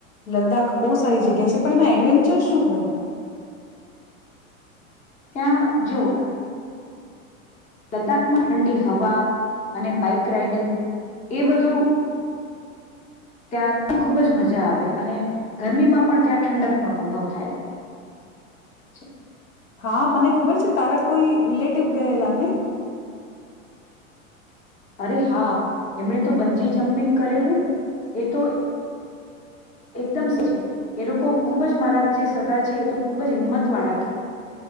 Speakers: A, on the left; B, on the left.
A: લદ્દાખ બહુ સારી જગ્યા છે પણ એમાં એડવેન્ચર શું હોય.
B: ત્યાં જો. લદ્દાખમાં ઠંડી હવા અને બાઈક રાઈડિંગ એ બધું. ત્યાં ખૂબ જ મજા આવે અને ગરમીમાં પણ ત્યાં ઠંડકનો અનુભવ થાય. છે.
A: હા મને ખબર છે, તારા કોઈ રિલેટિવ ગયેલને
B: અરે હા એમણે તો બંજી જમ્પિંગ કરેલું એ તો એકદમ છે એ લોકો ખુબ જ મારા જે સગા છે એ તો ખૂબ જ હિંમત વાળા